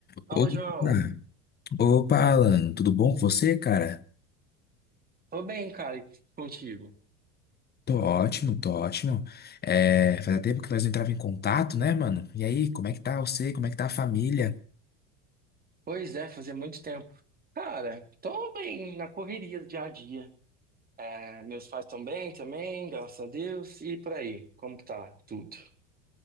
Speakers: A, on the right; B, on the left.
A: Fala,
B: Opa,
A: João.
B: opa, Alan, tudo bom com você, cara?
A: Tô bem, cara, e contigo.
B: Tô ótimo, tô ótimo. É, fazia tempo que nós não entrava em contato, né, mano? E aí, como é que tá você? Como é que tá a família?
A: Pois é, fazia muito tempo. Cara, tô bem na correria do dia a dia. É, meus pais estão bem também, graças a Deus. E por aí, como que tá tudo?